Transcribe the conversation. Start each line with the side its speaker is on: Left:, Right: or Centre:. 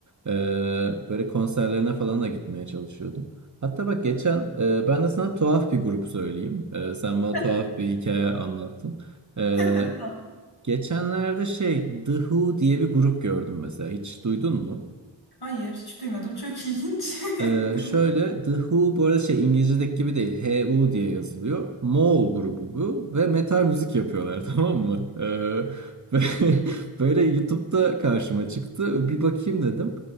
Right: Ee, böyle konserlerine falan da gitmeye çalışıyordum. Hatta bak geçen e, ben de sana tuhaf bir grup söyleyeyim. Ee, sen bana
Left: <laughs>
Right: tuhaf bir hikaye anlattın. Ee,
Left: Tamam.
Right: geçenlerde şey The Who diye bir grup gördüm mesela. Hiç duydun mu?
Left: Hayır hiç duymadım çok ilginç. <laughs>
Right: Ee,
Left: Hı
Right: şöyle
Left: hı.
Right: The Who bu arada şey İngilizce'deki gibi değil. H.U diye yazılıyor. Moğol grubu bu ve metal müzik yapıyorlar <laughs> tamam mı? Ee, ve <laughs> böyle YouTube'da karşıma çıktı. Bir bakayım dedim.